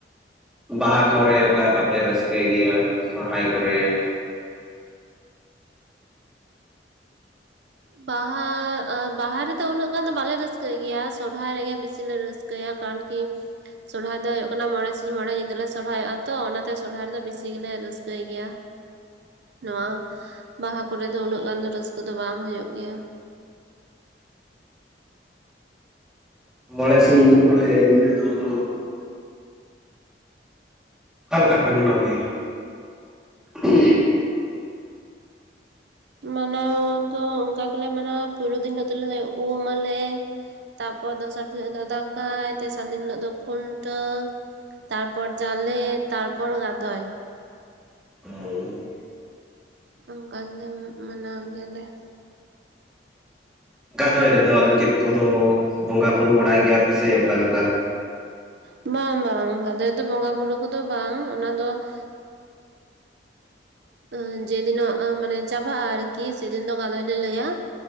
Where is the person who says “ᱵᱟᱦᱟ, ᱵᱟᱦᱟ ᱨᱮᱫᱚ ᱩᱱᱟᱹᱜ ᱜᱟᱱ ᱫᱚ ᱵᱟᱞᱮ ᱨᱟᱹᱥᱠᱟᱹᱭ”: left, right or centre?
Right